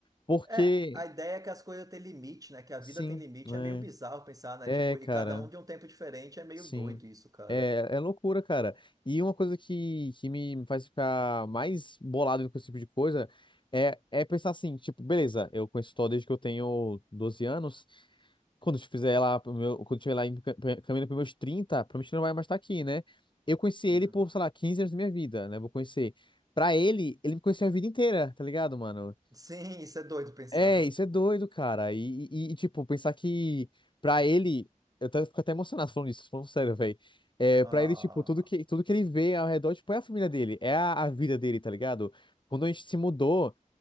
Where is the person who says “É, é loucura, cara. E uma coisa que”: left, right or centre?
Left